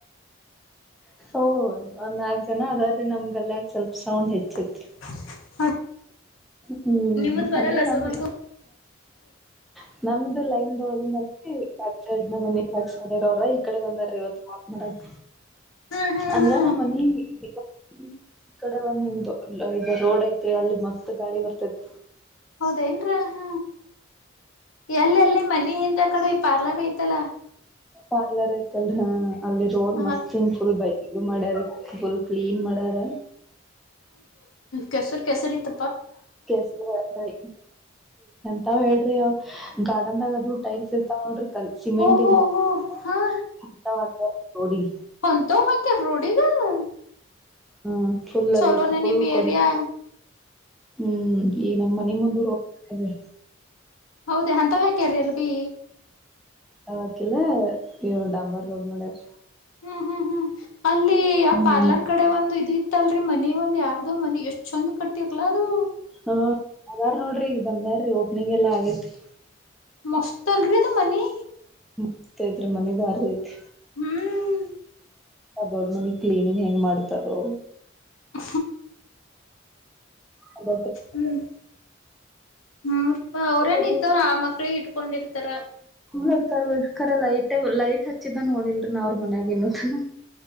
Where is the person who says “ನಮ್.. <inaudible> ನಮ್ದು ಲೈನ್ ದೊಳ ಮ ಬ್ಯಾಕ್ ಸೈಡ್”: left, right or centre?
Centre